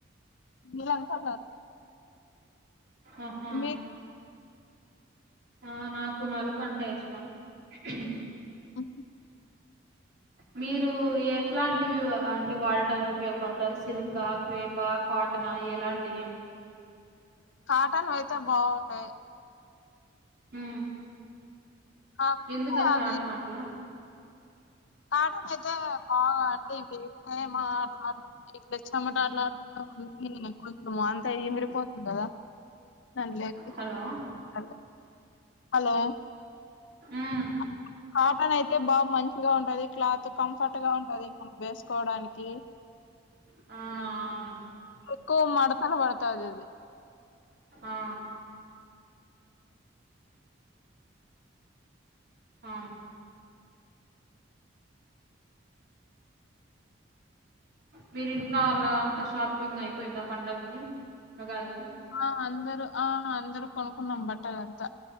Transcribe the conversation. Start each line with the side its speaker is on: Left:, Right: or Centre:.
Left: నీలం కలర్
Right: ఆహా
Left: మీకు
Right: ఆ నాకు నలుపు అంటే ఇష్టం ఉహు
Left: ఆహా
Right: మీరు ఎట్లాంటివి అంటే వాడటానికి ఉపయోగపడతారు సిల్క్ ఆ క్రేప్ ఆ కా టన ఎలాంటివి
Left: కాటన్ వైతే బాగుండాయి
Right: ఉమ్
Left: ఆ కు
Right: ఎందుకని
Left: కు అలని
Right: కాటన్ అట్లా
Left: కాటన్ అయితే బా అంటే మా <unintelligible> చెమట అట్లా అంతా కుంతి కొంచెము అంత ఈమెరిపోతుంది కదా తన లేకు
Right: హలో
Left: హా హలో
Right: ఉమ్
Left: అ కాటన్ అయితే బా మంచిగా ఉంటది క్లాత్ కంఫర్ట్ గా ఉంటది మనం వేసుకోవడానికి
Right: ఆ అవును
Left: ఎక్కువ మడతలు పడతాది అది
Right: ఆ ఆ వీరి ఇంట్లో వాళ్ళ అంత షాపింగ్ అయిపోయింద పండక్కి ఉగాది కి
Left: ఆ అందరు ఆ అందరు కొనుకున్నాం బట్టలు అంతా